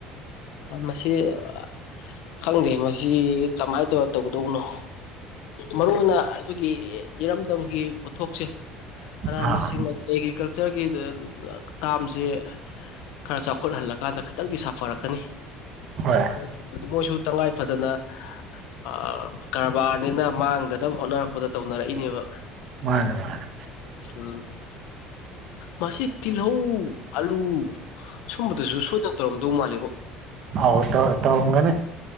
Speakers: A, on the left; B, on the right.
A: ꯃꯁꯤ ꯑ ꯈꯪꯗꯦ ꯃꯁꯤ ꯀꯃꯥꯏ ꯇꯧꯔ ꯇꯧꯗꯧꯅꯣ꯫ ꯃꯔꯨ ꯑꯣꯏꯅ ꯑꯩꯈꯣꯏꯒꯤ ꯏꯔꯝꯗꯝꯒꯤ ꯊꯣꯛꯁꯦ ꯃꯅꯥ
B: ꯑꯥ
A: ꯃꯁꯤꯡ ꯑꯦꯒ꯭ꯔꯤꯀꯜꯆꯔꯒꯤ ꯇꯥꯝꯁꯦ ꯈꯔ ꯆꯥꯎꯈꯠꯍꯜꯂꯀꯥꯟꯗ ꯈꯇꯪꯗꯤ ꯁꯥꯐꯔꯛꯀꯅꯤ
B: ꯍꯣꯏ
A: <unintelligible> ꯃꯣꯏꯁꯨ ꯇꯉꯥꯏ ꯐꯗꯅ ꯑ‌ ꯕꯥꯔꯅꯤꯅ ꯃꯥꯡꯗꯅꯕ ꯍꯣꯠꯅꯔꯛꯄꯗ ꯇꯧꯅꯔꯛꯏꯅꯦꯕ
B: ꯃꯥꯅꯦ ꯃꯥꯅꯦ
A: ꯎꯝ ꯃꯁꯤ ꯇꯤꯜꯍꯧ ꯑꯂꯨ ꯁꯨꯝꯕꯗꯁꯨ ꯁꯣꯏꯗ ꯇꯧꯔꯝꯗꯧ ꯃꯥꯜꯂꯦꯕꯣ꯫
B: ꯑꯧ ꯇꯧ ꯇꯧꯔꯝꯒꯅꯤ꯫